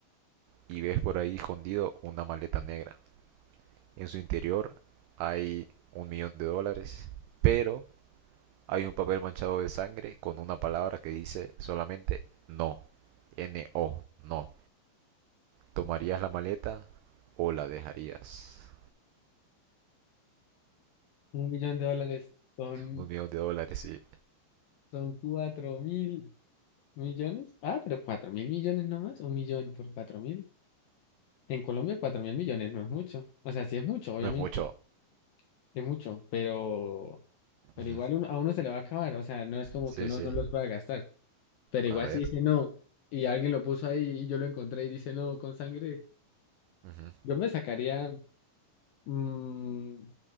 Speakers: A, on the right; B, on the left.
A: y ves por ahí escondido una maleta negra. En su interior hay un millón de dólares, pero hay un papel manchado de sangre con una palabra que dice solamente no. N-O, no. ¿Tomarías la maleta o la dejarías?
B: Un millón de dólares son,
A: Un millón de dólares, sí.
B: son cuatro mil millones. Ah, pero cuatro mil millones nomás. Un millón por cuatro mil. En Colombia cuatro mil millones no es mucho. O sea, sí es mucho, obviamente.
A: No es mucho.
B: Es mucho, pero, pero
A: Ujú.
B: igual uno- a uno se le va a acabar. O sea, no es como
A: Sí,
B: que uno
A: sí.
B: no los pueda gastar. Pero
A: A
B: igual
A: ver.
B: si dice no y alguien lo puso ahí y yo lo encontré y dice no con sangre,
A: Ujú.
B: yo me sacaría. Mm,